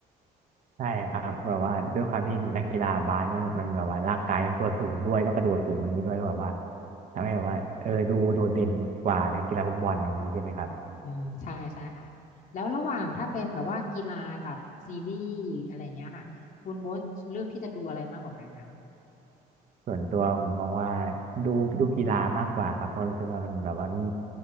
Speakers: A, on the right; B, on the left.
A: ใช่ครับแบบว่าด้วยความที่นักกีฬาบาสมันมันแบบว่าร่างกายต้องตัวสูงด้วยต้องกระโดดสูงอย่างนี้ด้วยก็แบบว่าทำให้แบบว่าเออดูโดดเด่นกว่านักกีฬาฟุตบอลอย่างนี้ใช่ไหมครับ
B: อืมใช่ใช่ค่ะแล้วระหว่างถ้าเป็นแบบว่ากีฬากับซีรีส์อะไรเงี้ยค่ะคุณโบ๊ทเลือกที่จะดูอะไรมากกว่ากันคะ
A: ส่วนตัวผมมองว่าดูดูกีฬามากกว่าครับเพราะรู้สึกว่ามันแบบว่ามี